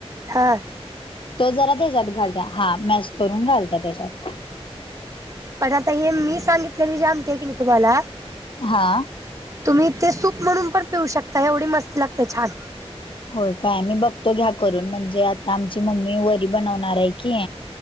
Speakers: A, on the right; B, on the left.
A: ह.
B: तो जरा त्याच्यात घालत्या, हा मॅश करून घालत्या, त्याच्यात.
A: पण आता हे मी सांगितलेली, जी आमटीय की नही तुम्हाला?
B: हा.
A: तुम्ही, ते सूप म्हणून पण पिऊ शकता, एवडी मस्त लागत, छान.
B: होय काय? मी बघतो, घ्या करून, म्हणजे आता आमची मम्मी, वरी बनवणारे की.